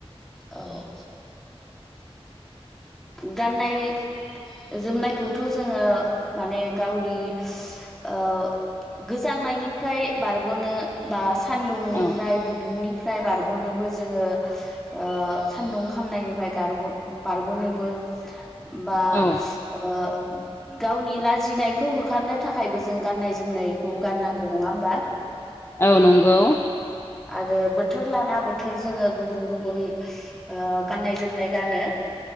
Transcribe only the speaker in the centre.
औ। गाननाय जोमनायखौथ' जोंङो माने गावनि ओ गोजांनायनिफ्राय बारग'नो बा सान्दुंनिफ्राय
बिदुंनि फ्राय बारग'नोबो जोंङो ओ सान्दुं खामनायनिफ्राय गारग बारग'नो बो बा
ओ गावनि लाजिनायखौ होखारनो थाखायबो जों गान्नाय जोमनाय खौ गाननांगौ नङा होमबा?
आरो बोथोर लाना बोथोर जोंङो गुबुन गुबुन ओ गाननाय जोमनाय गानो।